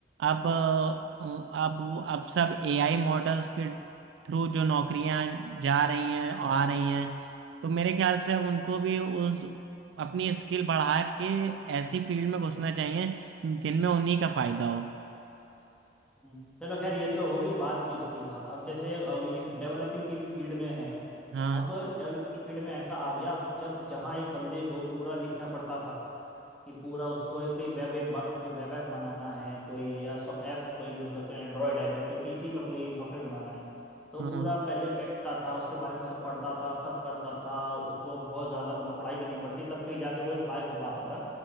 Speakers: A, on the right (about 75°); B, in the centre.
A: अब अ, अब अब सब एआई मॉडल्स के थ्रू जो नौकरियां जा रही हैं और आ रही हैं तो मेरे ख्याल से अब उनको भी उस अपनी स्किल बढ़ा के ऐसी फील्ड में घुसना चाहिए जिनमें उन्हीं का फायदा हो
B: हम्म। चलो खैर ये तो होगी बात की उसकी बात अब जैसे अब ये डेवलपिंग की भी फील्ड में है
A: हाँ
B: अब डेवलपिंग की फील्ड में ऐसा आ गया अब जब जहाँ एक बंदे को पूरा लिखना पड़ता था कि पूरा उसको एक- कोई वेब ऐप बा- कोई वेब ऐप बनाना है कोई या ऐप कोई मतलब कोई एंड्रॉयड ऐप या कोई पीसी का कोई सॉफ्टवेयर बनाना है तो
A: हाँ
B: पूरा पहले बैठता था उसके बारे में सब पढ़ता था सब करता था उसको बहुत ज़्यादा मतलब पढ़ाई करनी पड़ती तब कहीं जाके वो इस लायक हो पाता था